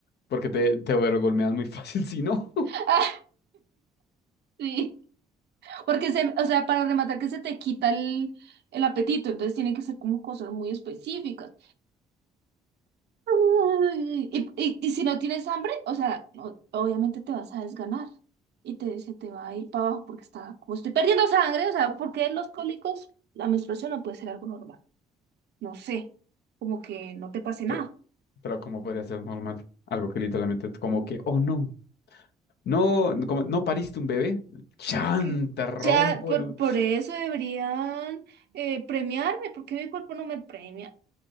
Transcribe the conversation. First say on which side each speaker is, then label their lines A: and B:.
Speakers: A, on the left (about 65°); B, on the right (about 65°).
A: porque te, te overgolmeas muy <laughs> fácil, si no. <laughs>
B: <laughs> Sí, porque se, o sea, para rematar que se te quita el, el apetito, entonces tiene que ser como cosas muy específicas. Ay, Y, y- y si no tienes hambre, o sea, o- obviamente te vas a desganar y te, se te va a ir para abajo porque está, como estoy perdiendo sangre, o sea, porque los cólicos, la menstruación no puede ser algo normal. No sé, como que no te pase nada.
A: Pero, pero ¿cómo podría ser normal? Algo que literalmente es como que, oh no, no, no, como, ¿no pariste un bebé? ¡Chan!
B: Y que-
A: Te rompo
B: Ya, por,
A: el... u-
B: por eso deberían eh, premiarme, porque mi cuerpo no me premia.